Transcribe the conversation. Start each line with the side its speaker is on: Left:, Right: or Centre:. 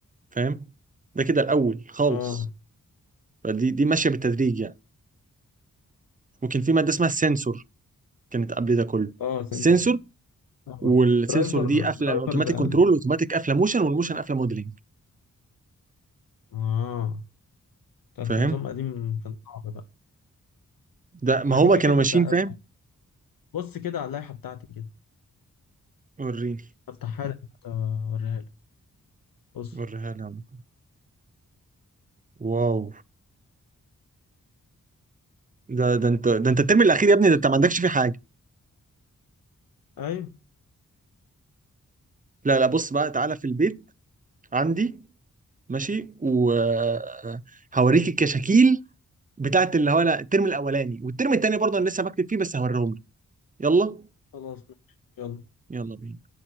Right: فاهم ده كده الاول خالص
Left: اه
Right: فدي دي ماشيه بالتدريج يعني ممكن في ماده اسمها السنسور كانت قبل ده كله
Left: اه سنسور
Right: السنسور
Left: آه.
Right: والسنسور
Left: درايفر
Right: دي قافله
Left: درايفر
Right: اوتوماتيك
Left: ده
Right: كنترول واوتوماتيك قافله موشن والموشن قافله موديلنج
Left: اه ده
Right: فاهم
Left: انت نظام قديم كان صعب بقى
Right: ده ما
Left: ما
Right: هو
Left: تيجي
Right: كانوا
Left: كده
Right: ماشيين
Left: تع-
Right: فاهم
Left: بص كده على اللائحة بتاعتي كده
Right: وريني
Left: افتحها لك أنت أوريها لك بص
Right: وريها لي عم. واو ده ده انت ده انت الترم الاخير يا ابني ده انت ما عندكش فيه حاجه
Left: ايوه
Right: لا لا بص بقى تعالى في البيت عندي ماشي وهوريك الكشاكيل بتاعت اللي هو لا الترم الاولاني والترم التاني برضه انا لسه بكتب فيه بس هوريهم لك يلا
Left: خلاص ماشي. يلا
Right: يلا بينا